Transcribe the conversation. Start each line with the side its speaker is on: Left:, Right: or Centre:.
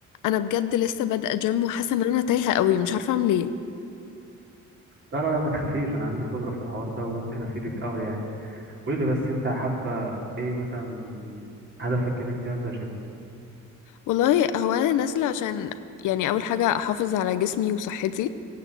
Left: انا بجد لسه بادئه جيم وحاسه ان انا تايهه قوي مش عارفه اعمل ايه
Right: لا لا لا ما تخافيش انا عندي خبرة في الحوار ده وممكن افيدك قوي يعني قولي لي بس انت حابة ايه مثلا هدفك ان انت نازلة جيم
Left: والله هو انا نازله عشان يعني اول حاجه احافظ على جسمي وصحتي